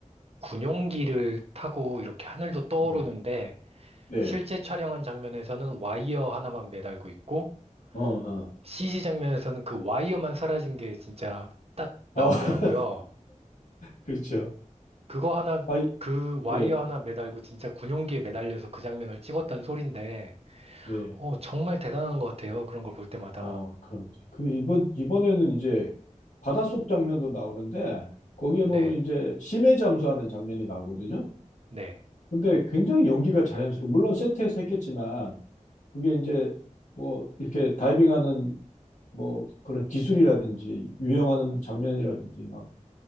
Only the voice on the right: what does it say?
군용기를 타고 이렇게 하늘도 떠오르는데
실제 촬영한 장면에서는 와이어 하나만 매달고 있고
CG 장면에서는 그 와이어만 사라진 게 진짜 딱 나오더라고요.
그거 하나,
그 와이어
하나 매달고 진짜 군용기에 매달려서 그 장면을 찍었다는 소린데,
어, 정말 대단한 것 같아요. 그런 걸 볼 때마다.
네,
네.